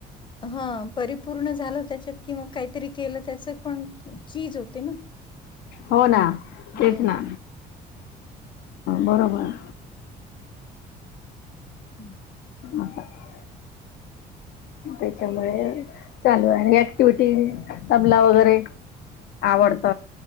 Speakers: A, on the left; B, on the left.
A: हा. परिपूर्ण झालं त्याच्यात कि मग काहीतरी केलं त्याच पण चीज होत ना?
B: हो ना.
A: हम्म
B: तेच ना. बरोबर.
A: हम्म.
B: असं त्याच्यामुळे चालू आहे. ऍक्टिव्हिटी तबला वगैरे- आवडत
A: हो